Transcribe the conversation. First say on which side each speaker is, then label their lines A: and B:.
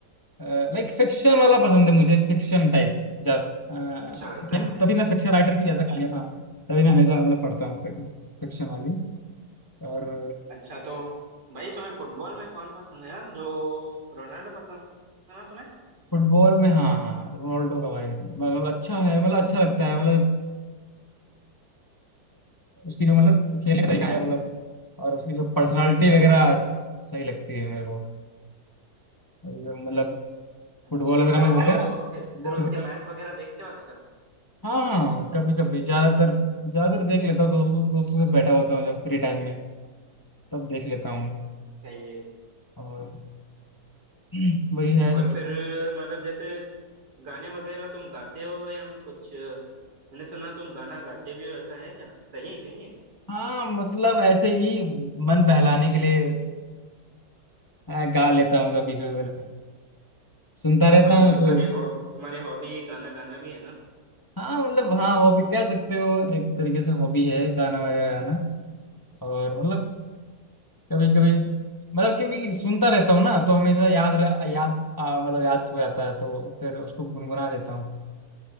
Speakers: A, on the left (about 15°); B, on the right (about 75°).
A: लाइक फिक्शन
B: हाँ
A: वाला पसंद है मुझे फिक्शन टाइप ज्यादा अ,
B: अच्छा ऐसा
A: क्या-
B: है
A: तभी मैं फिक्शन राइटर की ज्यादा कहानी हाँ तभी मैं हमेशा मतलब पढ़ता हूँ फिक्शन वाली और
B: अच्छा तो भाई तुम्हें फुटबॉल में कौन पसंद है यार जो रोनाल्डो पसंद है ना तुम्हें
A: फुटबॉल में हाँ हाँ रोनाल्डो का भाई मतलब अच्छा है मतलब अच्छा लगता है मतलब उसकी जो मतलब खेलने का तरीका है मतलब और उसकी जो पर्सनालिटी वगैरह सही लगती है मेरे को मतलब
B: अच्छा
A: फुटबॉल वगैरह
B: मतलब
A: में अच्छा होते
B: जो
A: है हैं ना
B: फिर
A: फुटबॉल
B: फिर उसके
A: वगैरह
B: मैच वगैरह देखते हो आजकल
A: हाँ हाँ कभी कभी ज्यादातर ज्यादातर देख लेता हूँ दोस्तों दोस्तों से बैठा होता हूँ जब फ्री टाइम में तब देख लेता हूँ
B: सही है
A: और <clears throat> वही है
B: और
A: सबसे
B: फिर मतलब जैसे गाने वगैरह तुम गाते हो या कुछ मैंने सुना तुम गाना गाते भी हो ऐसा है क्या सही है क्या ये
A: हाँ मतलब ऐसे ही मन बहलाने के लिए आ, गा लेता हूँ कभी कभी मतलब सुनता
B: अच्छा
A: रहता
B: मतलब
A: हूँ
B: तुम्हारी
A: तो
B: हॉब तुम्हारी हॉबी गाना गाना भी है ना
A: हाँ मतलब हाँ हॉबी कह सकते हो एक तरीके से हॉबी है गाना वगैरह गाना और मतलब कभी कभी मतलब क्योंकि सुनता रहता हूँ ना तो हमेशा याद रह, याद आ, मतलब याद हो जाता है तो फिर उसको गुनगुना देता हूँ